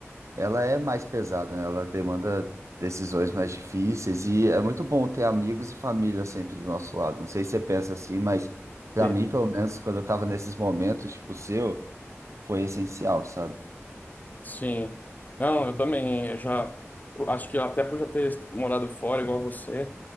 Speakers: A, on the right; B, on the left.
A: ela é mais pesada, né? Ela demanda decisões mais difíceis e é muito bom ter amigos e família sempre do nosso lado. Não sei se você pensa assim, mas para
B: tem.
A: mim, pelo menos, quando eu estava nesses momentos, tipo o seu, foi essencial, sabe?
B: Sim. Não, eu também, eu já, acho que até por já ter morado fora, igual você,